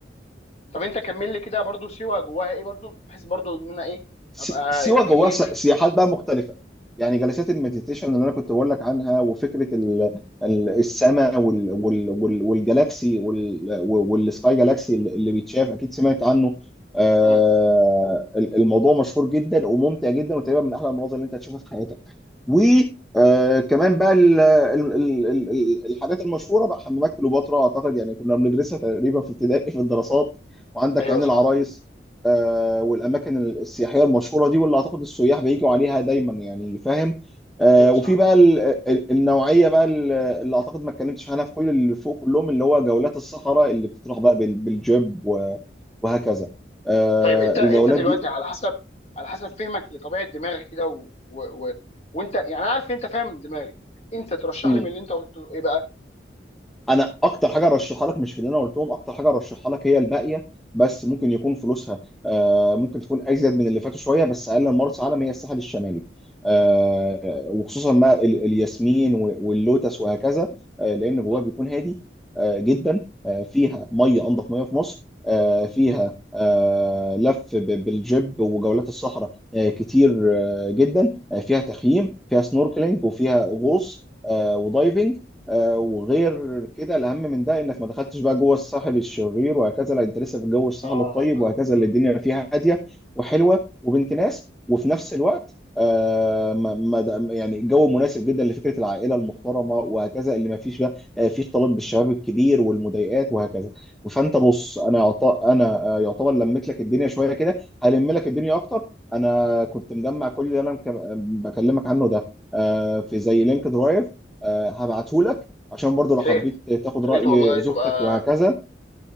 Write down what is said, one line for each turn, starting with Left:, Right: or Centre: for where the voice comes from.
Left: طب انت كمل لي كده برضه سيوه جواها ايه برضه بحيث برضه ان انا ايه
Centre: س-
Left: ابقى
Centre: سيوة
Left: يعني
Centre: جواها
Left: ايه
Centre: س-
Left: خدت
Centre: سياحات بقى مختلفة يعني جلسات المديتيشن اللي انا كنت بقول لك عنها وفكرة ال- ال- السماء وال وال وال والجالاكسي وال والسكاي جالاكسي اللي اللي بيتشاف اكيد سمعت عنه آه،
Left: مم.
Centre: ال- الموضوع مشهور جدا وممتع جدا وتقريبا من احلى المناظر اللي انت هتشوفها في حياتك وكمان بقى ال- ال- ال- ال- ال- الحاجات المشهورة بقى حمامات كليوباترا اعتقد يعني كنا بندرسها تقريبا في ابتدائي في الدراسات وعندك
Left: ايوه
Centre: عين
Left: صح
Centre: العرايس آه، والاماكن السياحيه المشهوره دي واللي اعتقد السياح بيجوا عليها دايما يعني فاهم آه،
Left: ايوه
Centre: وفي
Left: صح
Centre: بقى ال- ال- النوعيه بقى ال- اللي اعتقد ما اتكلمتش عنها في كل اللي فوق كلهم اللي هو جولات الصحراء اللي بتطرح بقى بال- بالجيب و- وهكذا آه،
Left: طيب انت انت
Centre: الجولات
Left: دلوقتي على حسب على حسب فهمك لطبيعه دماغي كده و... و... و... وانت يعني انا عارف ان انت فاهم دماغي انت ترشح
Centre: دي
Left: لي من اللي انت قلته ايه بقى؟
Centre: انا اكتر حاجه ارشحها لك مش في اللي انا قلتهم اكتر حاجه ارشحها لك هي الباقيه بس ممكن يكون فلوسها آه، ممكن تكون ازيد من اللي فاتوا شويه بس اقل من مرسى علم هي الساحل الشمالي آه، وخصوصا بقى ال- الياسمين و- واللوتس وهكذا آه، لان جواها
Left: مم.
Centre: بيكون هادي آه، جدا آه، فيها ميه انضف ميه في مصر آه، فيها آه، لف ب- بالجيب وجولات الصحراء آه، كتير آه، جدا آه، فيها تخييم فيها سنوركلينج وفيها غوص آه، ودايفنج آه، وغير كده الاهم من ده انك ما دخلتش بقى جوه الساحل الشرير وهكذا لا انت لسه في جو الساحل
Left: اه
Centre: الطيب
Left: اه
Centre: وهكذا
Left: اه
Centre: اللي الدنيا فيها هاديه وحلوه وبنت ناس وفي نفس الوقت آه ما ما د- يعني جو مناسب جدا لفكره العائله المحترمه وهكذا اللي ما فيش بقى آه، فيه اختلاط بالشباب الكبير والمضايقات وهكذا فانت بص انا يعط- انا آه، يعتبر لميت لك الدنيا شويه كده هلم لك الدنيا اكتر انا كنت مجمع كل اللي انا مك- بكلمك عنه ده آه في زي لينك درايف آه هبعته
Left: مم.
Centre: لك عشان برضو
Left: يا
Centre: لو حبيت
Left: ريت
Centre: تاخد
Left: يا
Centre: رأي
Left: ريت والله تبقى
Centre: زوجتك وهكذا